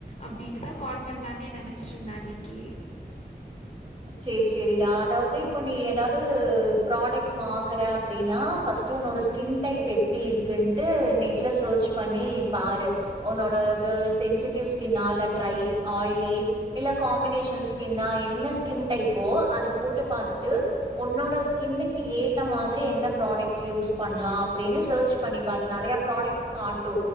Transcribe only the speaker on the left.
அப்டின்ட்டுதா கால் பண்ணலான்னே நெனச்சிட்ருந்த அன்னைக்கி